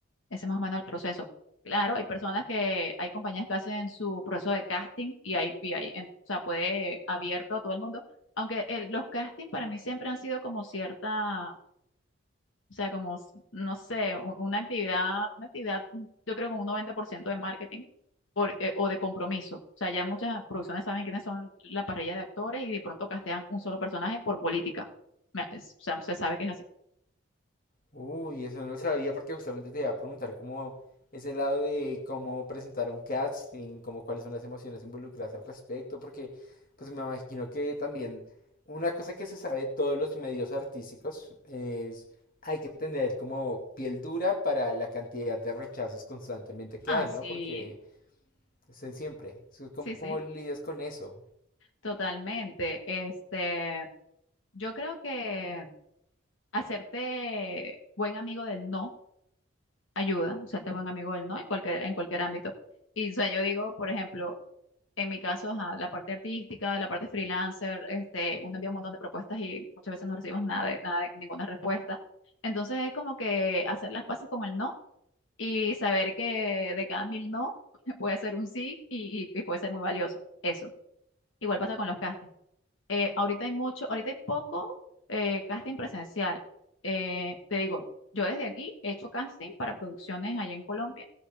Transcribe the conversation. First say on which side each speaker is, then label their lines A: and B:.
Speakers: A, on the left; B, on the left.
A: Ese es más o menos el proceso. Claro, hay personas que, hay compañías que hacen su proceso de casting y hay, y hay, en- o sea, puede abierto a todo el mundo, aunque el- los castings para mí siempre han sido como cierta o sea, como, s- no sé, u- una actividad, una actividad, mm, yo creo que un 90% de marketing por, eh, o de compromiso. O sea, ya muchas producciones saben quiénes son la parrilla de actores y de pronto castean un solo personaje por política. Me- es- o sea, se sabe que es así.
B: Uy, eso no lo sabía porque justamente te iba a preguntar cómo ese lado de cómo presentar un casting, como cuáles son las emociones involucradas al respecto, porque pues me imagino que también una cosa que se sabe de todos los medios artísticos es hay que tener como piel dura para la cantidad de rechazos constantemente que
A: Ah,
B: hay,
A: sí,
B: ¿no? Porque se- siempre, so- ¿cómo,
A: sí, sí,
B: cómo lidias con eso?
A: totalmente. Este, yo creo que hacerte buen amigo del no ayuda, hacerte buen amigo del no en cualquier, en cualquier ámbito. Y o sea, yo digo, por ejemplo, En mi caso, ajá, la parte artística, la parte freelancer, este, uno envía un montón de propuestas y muchas veces no recibimos nada de, nada de- ninguna respuesta. Entonces es como que hacer las paces con el no y saber que de cada mil no <laughs> puede ser un sí y, y- y puede ser muy valioso. Eso. Igual pasa con los castings eh, ahorita hay mucho, ahorita hay poco eh, casting presencial. Eh, te digo, yo desde aquí he hecho casting para producciones allá en Colombia,